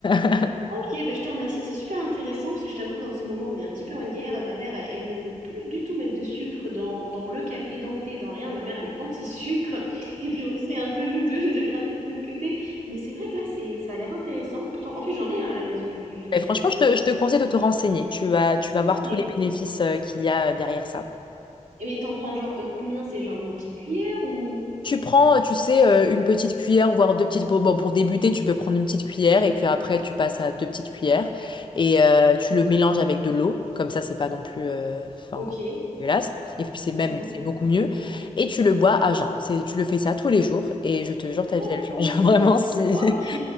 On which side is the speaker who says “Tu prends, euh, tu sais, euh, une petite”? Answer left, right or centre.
Left